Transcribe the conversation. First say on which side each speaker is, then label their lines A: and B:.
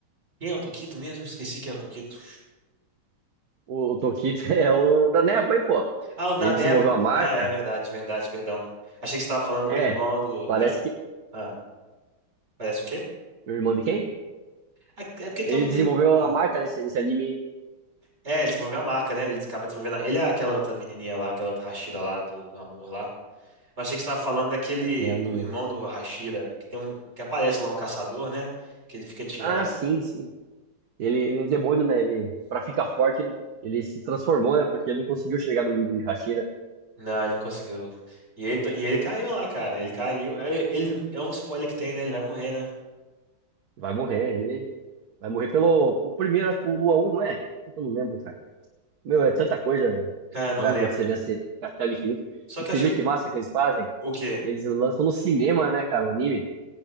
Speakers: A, on the right; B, on the right.
A: Quem é o Toquito mesmo? Esqueci quem é o Toquito.
B: O, o Doquito <laughs> é o da Neva, hein, pô?
A: Ah, o Na
B: Ele
A: Neva.
B: desenvolveu a marca.
A: Ah, é verdade, verdade, perdão. Achei que você estava falando do
B: É,
A: irmão do.
B: parece
A: de-
B: que.
A: Ah, parece o quê?
B: O irmão de quem?
A: Ah, É porque tem
B: Ele
A: um menino.
B: desenvolveu
A: Ah,
B: a marca nesse, nesse anime.
A: é, ele desenvolveu a marca, né? Ele acaba desenvolvendo. a- Ele é aquela outra menininha lá, aquela outra Hashira lá do, do amor lá. Mas achei que você estava falando daquele.
B: É, eu
A: Do
B: não
A: irmão
B: lembro.
A: do Hashira, que tem um. Que aparece lá um caçador, né? Que ele fica tirando.
B: Ah, sim, sim. Ele, ele é demônio, né? Ele, pra ficar forte, ele, ele se transformou, né? Porque ele não conseguiu chegar no nível de Hashira.
A: Não, ele não conseguiu. E ele, e ele caiu lá, cara. Ele caiu. Ele, ele- é um spoiler que tem, né? Ele vai morrer, né?
B: Vai morrer, ele. Vai morrer pelo, por primeiro, acho que pelo Lua Um não é? Puta, Eu não lembro, cara. Meu, é tanta coisa, velho,
A: Cara, não
B: que vai
A: lembro.
B: acontecer nesse Castelo Infinito.
A: Só
B: E
A: que
B: você
A: eu achei.
B: viu que massa que eles fazem?
A: O quê?
B: Eles lançam no cinema, né, cara, o anime.